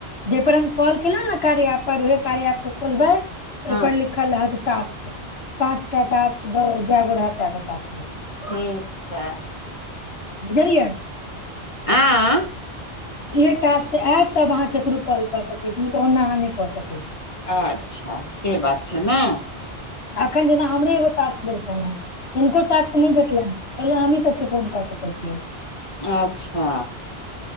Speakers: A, on the left; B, on the left.
A: जाहि पर हम कॉल केेले ने कार्य आप पर उहे कार्य आप के खोलबे ओयपे
B: हँ
A: लिखल लाद टास्क पचटा टास्क जैगो रहत तै गो टास्क लिखबै,
B: ठीक छै
A: बुझलियै
B: आँ
A: इह टास्क आयत तब अहाँ केकरो कॉल कऽ सकैत नहि तऽ ओन्ना अहाँ नहि कऽ सकैत छी
B: अच्छा से बात छै ने
A: एखन जेना हमरे एगो टास्क देलखनि हेँ तिनको टास्क नहि भेटलनि हेँ ओलेल हमहीँ सभके फोन कऽ सकैत छियै
B: अच्छा